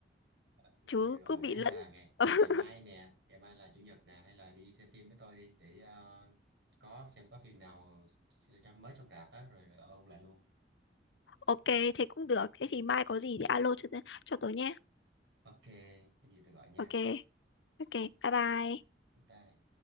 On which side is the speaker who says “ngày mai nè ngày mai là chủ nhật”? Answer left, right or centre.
Right